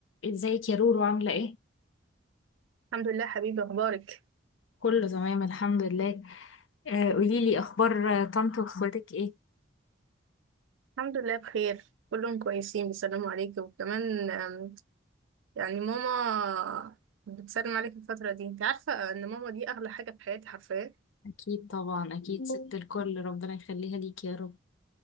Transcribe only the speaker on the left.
ازيك يا رورو عاملة ايه؟
كله تمام الحمد لله آه قوليلي اخبار آه، طنط واخواتك ايه؟
اكيد طبعا اكيد ست الكل ربنا يخليها ليك يا رب